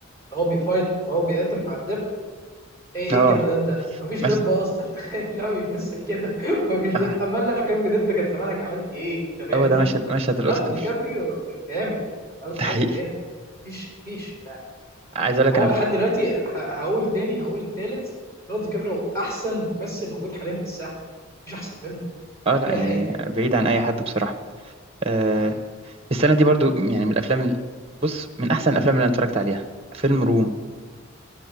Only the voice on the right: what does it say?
اه
مشهد
آه،
هو ده مشهد مشهد الاوسكار
<laughs>
ده
حقيقي
عايز اقول لك
انا
في ال-
اه لا
يعني
بعيد عن اي حد بصراحه آه
السنه دي برضو يعني من الافلام ال- بص من احسن الافلام اللي انا اتفرجت عليها فيلم روم